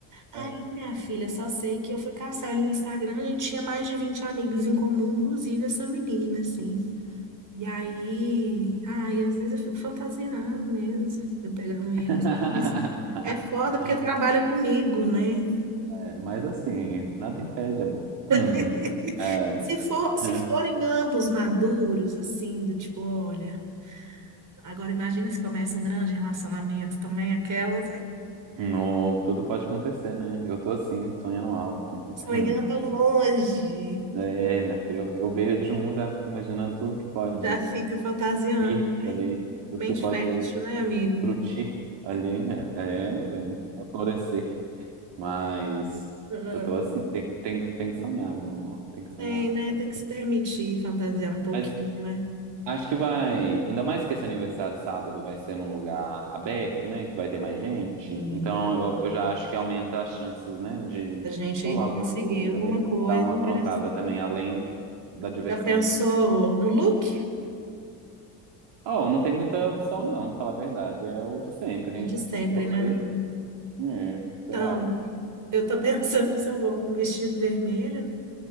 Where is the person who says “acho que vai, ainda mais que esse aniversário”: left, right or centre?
Right